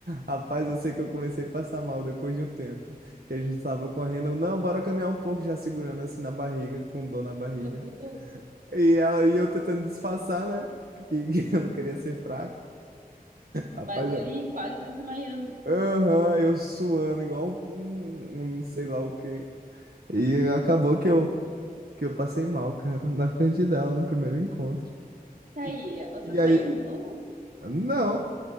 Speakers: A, on the right; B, on the right.
A: Rapaz, eu sei que eu comecei a passar mal depois de um tempo. Que a gente tava correndo. eu, Não, bora caminhar um pouco, já segurando assim na barriga, com dor na barriga.
B: meu Deus,
A: E, ela, e eu tentando disfarçar, né? Que, que <laughs> eu não queria ser fraco. Rapaz,
B: Bagali quase desmaiando.
A: Aham, eu suando igual um, um sei lá o quê. E acabou que eu, que eu passei mal, cara, na frente dela, no primeiro encontro.
B: Tá
A: E,
B: aí, vocês
A: e
B: saíram
A: aí,
B: de novo?
A: não,